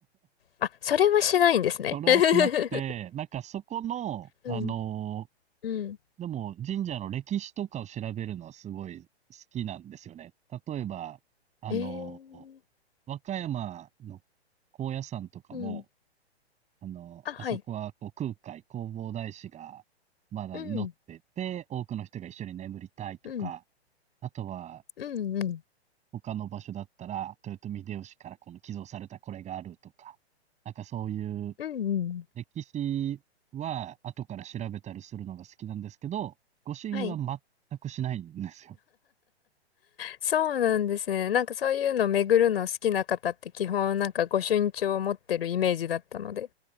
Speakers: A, on the left (about 60°); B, on the right (about 20°).
A: あ、それはしないんですね。
B: それはしなくて、
A: <laughs>
B: なんかそこの、あの、
A: うん、うん。
B: でも、神社の歴史とかを調べるのはすごい好きなんですよね。例えば、あの、
A: えー、
B: 和歌山の高野山とかも、
A: うん。
B: あの、
A: あ、はい。
B: あそこはこう空海、弘法大師がまだ祈ってて、
A: うん、
B: 多くの人が一緒に眠りたいとか、
A: うん、
B: あとは
A: うん、うん、
B: 他の場所だったら、豊臣秀吉からこの寄贈されたこれがあるとか、なんかそういう
A: うん、うん。
B: 歴史は後から調べたりするのが好きなんですけど、御朱印は
A: はい。
B: 全くしないんですよ。
A: そうなんですね。なんかそういうの巡るの好きな方って基本なんか御朱印帳を持ってるイメージだったので。